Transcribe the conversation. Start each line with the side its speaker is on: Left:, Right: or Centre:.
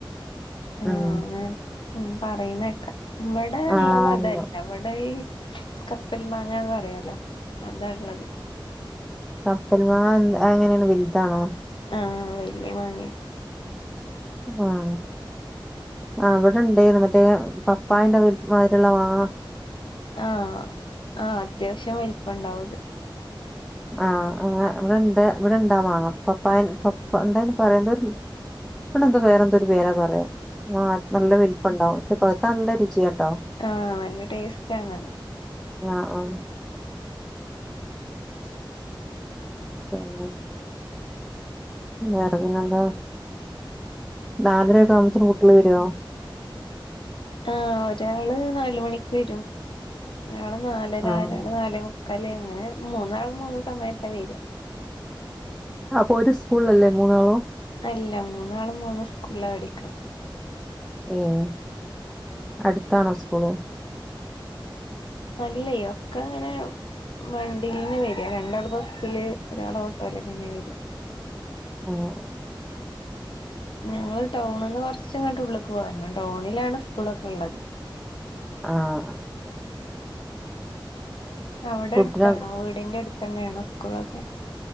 Centre: ഹ്മ്മ്
Left: ഹ്മ്മ് ഇങ്ങനെ ഹ്മ്മ് പറിന്നേക്കാം ഇവിടെള്ളത്
Centre: ആഹ്
Left: അതല്ല
Centre: ഉണ്ടാവും
Left: ഇവടെ ഈ കപ്പൽ മാങ്ങന്ന് പറയാലോ അതാ ഇള്ളത്
Centre: കപ്പൽമാങ്ങ എന്ത്‌ അതെങ്ങനെണ് വിത്താണോ
Left: ആഹ് വല്യ മാങ്ങേ
Centre: ആഹ്. ആഹ് ഇവിടെ ഇണ്ടേന്നു മറ്റേ പപ്പായന്റെ വി മാതിരുള്ള മാങ്ങ
Left: ആഹ്, ആഹ് അത്യാവിശ്യം വലിപ്പണ്ടാവത്.
Centre: ആഹ് ആഹ് ഇവടെണ്ട് ഇവടെണ്ടാമാങ്ങ പപ്പായെ പപ്പ്‌ എന്തായിരുന്നു അതിന് പറയ്ണത് ഇവിടെന്തോ വേറെന്തോരു പേരാ പറയാ ആഹ് നല്ല വലിപ്പണ്ടാവും. പക്ഷെ പവ്ത്താ നല്ല രുചിയാട്ടോ <inaudible>
Left: ആഹ് നല്ല ടേസ്റ്റാണത്
Centre: ആഹ് ആഹ് <inaudible> പിന്നെ വേറെ പിന്നെന്താ, നാലരൊക്കാവുമ്പോത്തിന് കുട്ടികള് വരോ
Left: ആഹ് ഒരാള് നാല് മണിക്ക് വരും. ഒരാള് നാലര
Centre: ആഹ്
Left: ഒരാള് നാലേമു ക്കാല് അങ്ങനെ മൂന്നാളും മൂന്ന് സമയത്താ വരാ
Centre: അപ്പൊ ഒര് സ്കൂളിലല്ലേ മൂന്നാളും
Left: അല്ല മൂന്നാളും മൂന്ന് സ്കൂളിലാ പഠിക്കാ
Centre: ഏഹ്, അട്ത്താണോ സ്കൂള്
Left: അല്ലെയോ ഒക്കങ്ങനെ വണ്ടീന്ന് വരാ രണ്ടാള് ബസ്സില് ഒരാള് ഓട്ടോലങ്ങനെ വരാ
Centre: ഹ്മ്മ്
Left: ഞങ്ങള് ടൗണ്ന്ന് കൊറച്ച്ങ്ങട്ട് ഉള്ള്ക്ക് പോരണം ടൗണിലാണ് സ്കൂളൊക്കെ ഇള്ളത്.
Centre: ആഹ്.
Left: അവ്ടെ
Centre: കുട്ടിനെ
Left: അട്ത്താണോ വീടിന്റെ അടുത്തന്നെണോ സ്കൂളൊക്കെ